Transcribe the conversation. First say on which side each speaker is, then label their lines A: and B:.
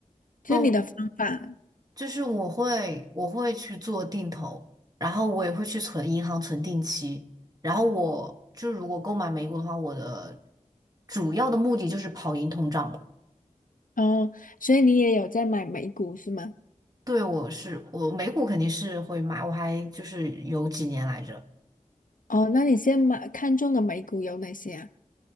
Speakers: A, on the left; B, on the right.
A: 就是你的方法。
B: 那我就是我会我会去做定投，然后我也会去存银行存定期。然后我就如果购买美股的话，我的主要的目的就是跑赢通胀嘛。
A: 哦，所以你也有在买美股是吗？
B: 对，我是我美股肯定是会买，我还就是有几年来着。
A: 哦，那你现在买看中的美股有哪些啊？